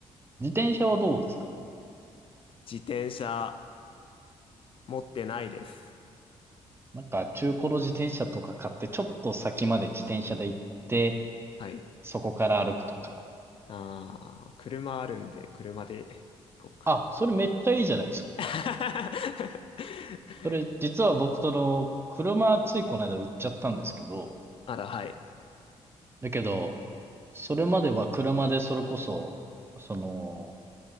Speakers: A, on the right (about 20°); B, on the left (about 45°).
A: 自転車はどうですか
B: 自転車持ってないです。
A: なんか中古の自転車とか買って、ちょっと先まで自転車で行って、
B: はい。
A: そこから歩くとか。
B: ああ、車あるんで、車で行こうかな。
A: あ、それめっちゃいいじゃないですか。
B: <laughs>
A: それ実は僕その、車ついこの間売っちゃったんですけど、
B: あら、はい。
A: だけど、それまでは車でそれこそ、その、